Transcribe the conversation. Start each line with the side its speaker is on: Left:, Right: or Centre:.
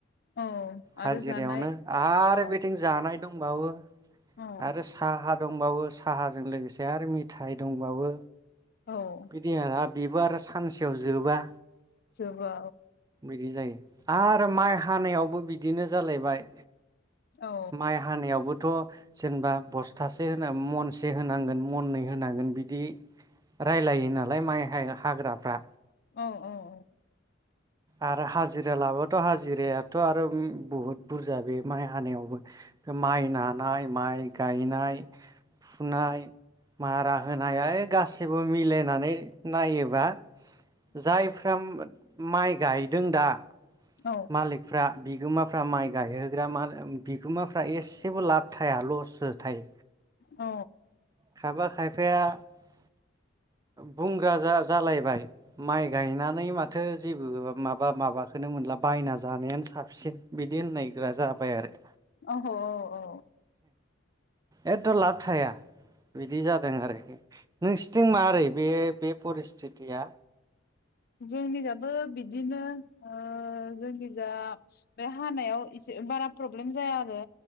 Left: औ आरो
Right: हाजिरायावनो
Left: जानाय
Right: आरो
Left: औ
Right: बिथिं जानाय दंबावो।
Left: औ
Right: आरो सा हा दंबावो साहाजों लोगोसे आरो मि थाइ दंबावो
Left: औ
Right: बिदि बेबो आरो सानसेयाव जोबा।
Left: जोबा
Right: बिदि जायो आरो माइ हानायावबो बिदिनो जालायबाय
Left: औ
Right: माइ हानायाव बो थ' जेनबा बस्थासे होन मनसे होनांगोन मनै होनांगोन बिदि रायलायो नालाय माइ हा हाग्राफ्रा।
Left: औ औ औ।
Right: आरो हाजिरा लाबाथ' हाजिरायाथ' आरो उम बहुत बुरजा बे माइ हानायावबो। माइ नानाय माइ गायनाय फुनाय मारा होनाय है गासिबो मिलायनानै नायोबा जाय फ्राम माइ गायदों दा।
Left: औ
Right: मालिकफ्रा। बिगोमाफ्रा माइ गायहोग्रा मा बिगोमाफ्रा एसेबो लाब थाया लस'सो थायो
Left: औ
Right: खायफा खायफा फाया <unintelligible> बुंग्रा जा जालायबाय माइ गायनानै माथो थो जेबो माबा माबा खोनो मोनला बायना जानायानो साबसिन बिदि होननायग्रा जाबाय आरो।
Left: अह अ अ।
Right: एखद' लाब थाया बिदि जादों आरो । नोंसिथिं मारै। बे बे परिस्टितिया
Left: जोंनिजाबो बिदिनो ओ जोंनि जा बे हानायाव एसे बारा प्रब्लेम जाया आरो